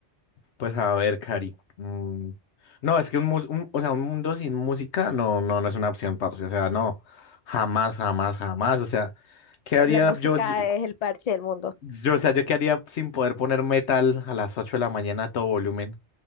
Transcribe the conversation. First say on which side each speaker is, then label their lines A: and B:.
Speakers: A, on the left (about 75°); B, on the left (about 50°).
A: Pues a ver, Cari. mm, No, es que un, mus- un- o sea, un mundo sin música no, no, no es una opción, parce. O sea, no. Jamás, jamás, jamás. O sea, ¿qué haría
B: La música
A: yo, si-
B: es el parche del mundo.
A: yo, o sea, yo qué haría sin poder poner metal a las 8 de la mañana a todo volumen?